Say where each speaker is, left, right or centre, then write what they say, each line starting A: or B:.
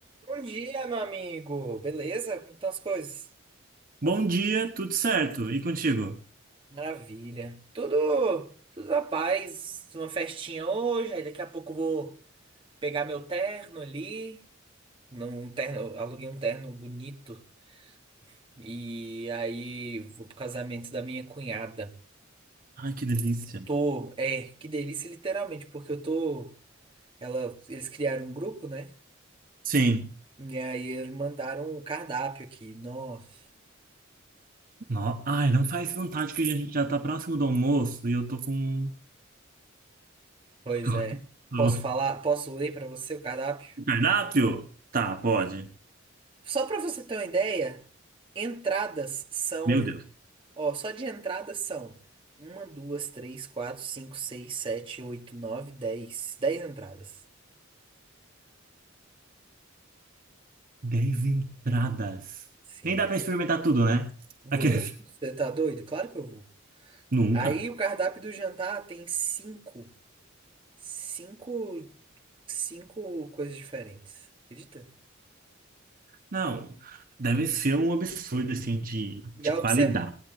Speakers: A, on the right; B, on the right.
A: Bom dia, meu amigo. Beleza? Como estão as coisas?
B: Bom dia, tudo certo? E contigo?
A: Maravilha. Tudo, tudo na paz. Uma festinha hoje, aí daqui a pouco eu vou pegar meu terno ali. Num terno, aluguei um terno bonito. E aí vou pro casamento da minha cunhada.
B: Ai, que delícia.
A: Tô, é, que delícia, literalmente, porque eu tô. Ela, eles criaram um grupo, né?
B: Sim.
A: E aí eles mandaram o cardápio aqui. Nossa,
B: No... Ai, não faz vontade que a gente já tá próximo do almoço e eu tô com.
A: pois
B: <laughs>
A: é.
B: Ó,
A: Posso falar? Posso ler pra você o cardápio?
B: Cardápio? Tá, pode.
A: Só para você ter uma ideia, entradas são,
B: Meu Deus.
A: ó, só de entradas são uma, duas, três, quatro, cinco, seis, sete, oito, nove, dez, dez entradas.
B: Dez entradas.
A: Sim.
B: Nem dá pra experimentar tudo, né?
A: Vou?
B: Aqueles.
A: Você tá doido? Claro que eu vou.
B: <laughs> Nunca.
A: Aí o cardápio do jantar tem cinco, cinco, cinco coisas diferentes. Acredita?
B: Não. Deve ser um absurdo, assim, de,
A: E
B: de
A: a
B: qualidade.
A: obser-